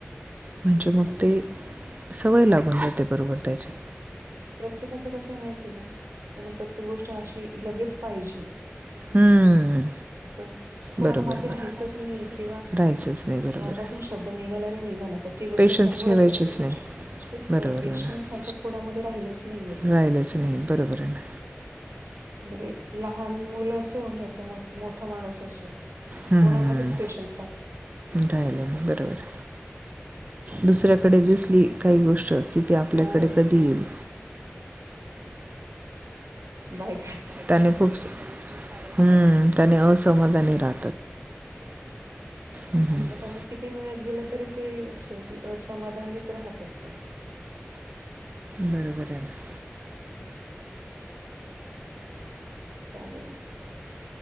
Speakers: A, on the right (about 35°); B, on the right (about 80°).
A: म्हणजे मग
B: आणि
A: ते, सवय लागून जाते बरोबर त्याचे.
B: प्रत्येकाचं कसं माहिती आहे का त्यांना प्रत्येक गोष्ट अशी लगेच पाहिजे.
A: हम्म.
B: अससल. कोणाला
A: बरोबर
B: मागे
A: बरोबर
B: राहायचंच नाही किंवा
A: राहायचंच नाही बरोबर
B: तोंडातून
A: आहे
B: शब्द निघाला र निघाला का ती गोष्ट
A: पेशन्स
B: <unintelligible>
A: ठेवायचेच नाही बरोबर बरोबर
B: नाहीयेत.
A: राहिलंच नाही बरोबर आहे ना.
B: म्हणजे लहान मुल असो नाही तर मग मोठा माणूस असो.
A: हम्म.
B: कोणामध्ये स्पेशल्
A: राहिलं नाही बरोबर दुसऱ्याकडे दिसली. काही गोष्ट कि ते आपल्याकडे
B: हो.
A: कधी येईल.
B: बाय.
A: त्याने खूप हम्म त्याने असमाधानी राह.
B: तेच आणि
A: हम्म,
B: मग त्यांना किती मिळत गेलं तरी ते शेवटी असमाधानीच राहतात पण
A: बरोबर ना.
B: हम्. चालेल.